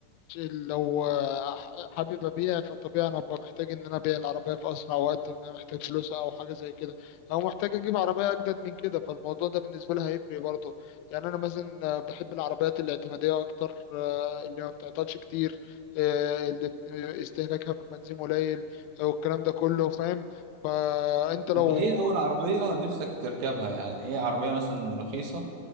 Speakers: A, on the left; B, on the right.
A: لو حابب ابيع فطبيعي انا ببقى محتاج ان انا ابيع العربيه في اسرع وقت ان انا محتاج فلوس او حاجه زي كده او محتاج اجيب عربيه اجدد من كده فالموضوع ده بالنسبه لي هيفرق برضه يعني انا مثلا بحب العربيات الاعتماديه اكتر اللي ما بتعطلش كتير آه، اللي استهلاكها في البنزين قليل والكلام ده كله فاهم فانت لو
B: أنت إيه أول عربية نفسك تركبها يعني إيه عربية مثلا رخيصة